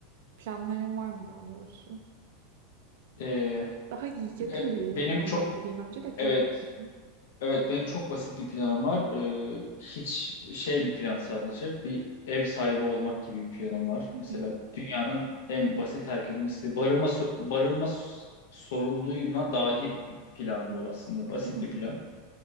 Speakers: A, on the right; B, on the left.
A: Planların var mı daha doğrusu?
B: E,
A: Daha yakın
B: e,
A: gelecekten
B: benim çok
A: bahsedeyim önce de karışmasın.
B: evet Evet benim çok basit bir planım var. Ee, hiç şey bir plan sadece. Bir ev sahibi olmak gibi bir planım var.
A: Hı
B: Mesela
A: hı.
B: dünyanın en basit herkesin istediği barınma so- barınma s- sorununa dahil bir plan bu aslında. Basit
A: Hı hı.
B: bir plan.